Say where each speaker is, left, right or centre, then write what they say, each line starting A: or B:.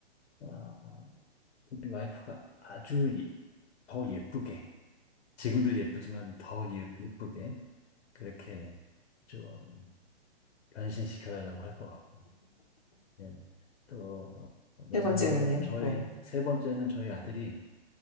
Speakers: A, on the left; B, on the left.
A: 아, 우리 와이프가 아주 이- 더 예쁘게, 지금도 예쁘지만 더 예- 예쁘게, 그렇게 좀 변신시켜달라고 할 것 같고, 예. 또, 마지막으로는
B: 세 번째는요?
A: 저희,
B: 네.
A: 세 번째는 저희 아들이